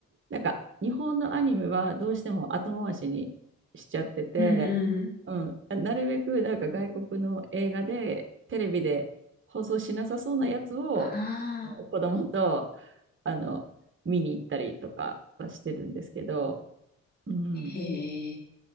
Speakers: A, on the right (about 40°); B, on the left (about 30°).
A: なんか日本のアニメはどうしても後回しにしちゃってて、
B: うんうん。
A: うん、なるべくなんか外国の映画でテレビで放送しなさそうなやつを
B: ああ、
A: 子供とあの見に行ったりとかはしてるんですけど、うん、
B: へえ。